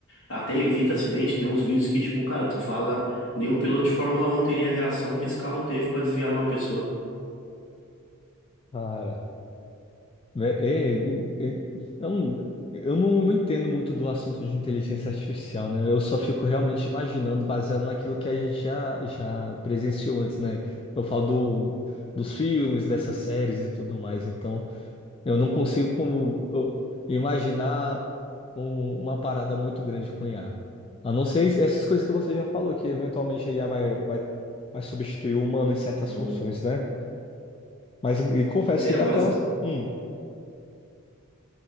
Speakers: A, on the left (about 65°); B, on the left (about 25°).
A: Até evita acidente. Tem uns vídeos que, tipo, cara, tu fala, nenhum piloto de Fórmula Um teria a reação que esse carro teve pra desviar de uma pessoa.
B: Cara. né? É, é, eu não, eu não, não entendo muito do assunto de inteligência artificial, né? Eu só fico realmente imaginando, baseado naquilo que a gente já, já presenciou antes, né? Eu falo do, dos filmes, dessas séries e tudo mais, então eu não consigo como, eu imaginar um- uma parada muito grande com IA. A A não ser es- essas coisas que você já falou, que eventualmente a IA vai, vai, vai substituir o humano em certas
A: Hum.
B: funções, né? Mas e confesso
A: É,
B: que dá
A: mas
B: até uns. hum,